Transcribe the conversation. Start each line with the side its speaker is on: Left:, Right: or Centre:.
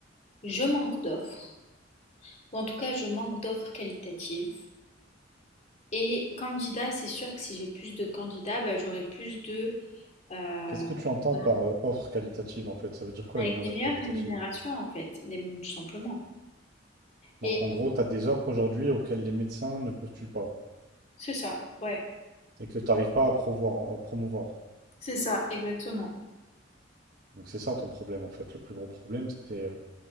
Left: Je manque d'offres, ou en tout cas je manque d'offres qualitatives. Et candidat, c'est sûr que si j'ai plus de candidats, bah, j'aurai plus de, euh,
Right: Qu'est-ce que tu entends
Left: de-
Right: par euh, offre qualitative en fait? Ça veut dire quoi
Left: Avec
Right: une
Left: des
Right: offre
Left: meilleures
Right: qualitative?
Left: rémunérations en fait, des- tout simplement.
Right: Donc
Left: Et
Right: en gros, tu as des offres aujourd'hui auxquelles les médecins ne postulent pas
Left: c'est ça, ouais,
Right: et que tu n'arrives pas à promouvoir, à promouvoir.
Left: c'est ça, exactement.
Right: Donc c'est ça ton problème en fait. Le plus gros problème, c'est euh,